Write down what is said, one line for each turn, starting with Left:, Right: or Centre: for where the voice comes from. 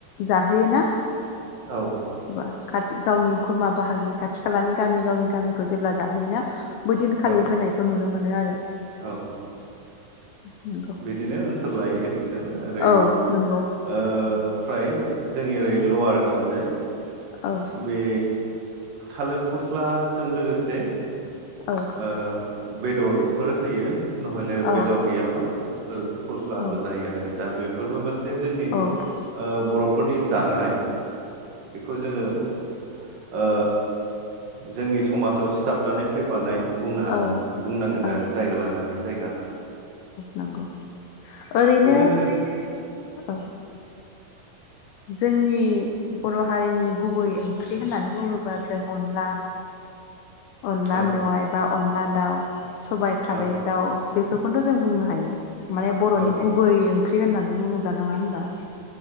Left: जाहोयो ना
Right: औ
Left: <unintelligible> गावनि खुरमा बाहागि खाथि खालानि गामि गावनि गामिखौ जेब्ला जाहोयोना बै दिनखालि
Right: औ
Left: होनायखौ नुनो मोनो। मोनो आरो।
Right: औ
Left: नंगौ
Right: बिदिनो ओनसोल लायै ओनसोल ओरै
Left: औ नंगौ
Right: ओ फ्राय जोंनि ओरै लवार थिं जाय
Left: औ
Right: बे थालिर फस्लाजों लोगोसे ओ
Left: औ
Right: बेदरफोर होयो। नहयले
Left: औ
Right: बेदर गैयाबा थालेद फसलाबो
Left: औ
Right: जायो आरो दा बे फोर्बोमोन जे जोंनि ओ
Left: औ
Right: बर'फोरनि जानाय बेखौ ओ जोंनि समाजाव सिथाबनानै फैफानाय। बुंनो हानां
Left: औ
Right: बुंनांगोन
Left: औ
Right: आरो जायगा लानानै जायगा।
Left: नांगौ। ओरैनो
Right: बेजों लोगोसे
Left: औ। जोंनि बर' हारिनि गुबै ओंख्रि होननानै बुङोबा जों अनला अनला
Right: औ
Left: मेवाय बा अनला दाउ। <inaudible> सबाइ खारै
Right: औ
Left: दाउ बे बेखौनोथ' जों बुंनो हायो। माने बर'नि
Right: औ
Left: गुबै ओंख्रि थै होननानै बुङोब्ला नङा होनबा?